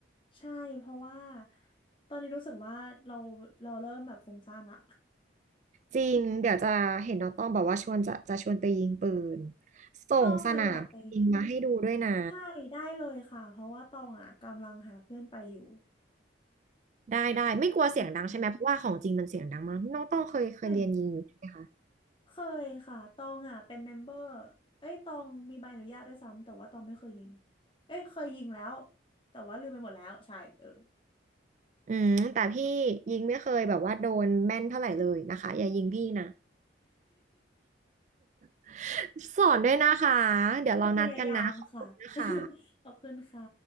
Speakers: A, on the left; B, on the right.
A: ใช่เพราะว่าตอนนี้รู้สึกว่าเราเราเริ่มแบบฟุ้งซ่านละ
B: จริง เดี๋ยวจะเห็นน้องต้องบอกว่าชวนจะจะชวนไปยิงปืนส่งสนามยิงมาให้ดูด้วยนะ
A: ตองอะอยากไปใช่ได้เลยค่ะเพราะว่าตองอะกำลังหาเพื่อนไปอยู่
B: ได้ได้ไม่กลัวเสียงดังใช่ไหมเพราะว่าของจริงมันเสียงดังมากน้องต้องเคยเคยเรียนยิงอยู่ใช่ไหมคะ
A: โอเค เคยค่ะตองอ่ะเป็นเมมเบอร์เอ้ยตองมีใบอนุญาตด้วยซ้ำ แต่ว่าตองไม่เคยยิงเอ้ยเคยยิงแล้ว แต่ว่าลืมไปหมดแล้วใช่เออ
B: อืมแต่พี่ยิงไม่เคยแบบว่าโดนแม่นเท่าไหร่เลยนะคะอย่ายิงพี่นะ <laughs> สอนด้วยนะคะ
A: <laughs>
B: เดี๋ยวเรานัดกันนะขอบคุณนะคะ
A: จะพยายามค่ะ <laughs> ขอบคุณค่ะ